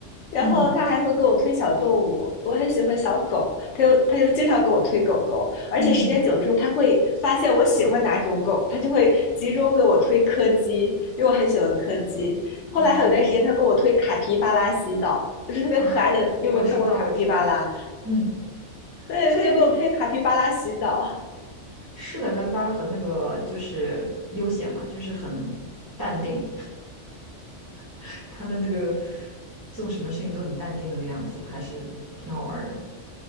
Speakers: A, on the left; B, on the right.
A: 然后他还会给我推小动物，
B: 嗯
A: 我很喜欢小狗，他就他就经常给我推狗狗，而且时间久了之后，
B: 嗯。
A: 他会发现我喜欢哪种狗，他就会集中给我推柯基，因为我很喜欢柯基。
B: 哦
A: 后来还有段时间，他给我推卡皮巴拉洗澡，就是特别可爱的。
B: 啊，<laughs>
A: 你有没有看过卡皮巴拉？
B: 我知道，我知道，嗯，
A: 对，
B: 这
A: 他就给我推卡皮巴拉洗澡。
B: 是的，卡皮巴拉很那个，就是悠闲嘛，就是很淡定，<laughs> 他的那个做什么事情都很淡定那个样子，还是挺好玩儿的。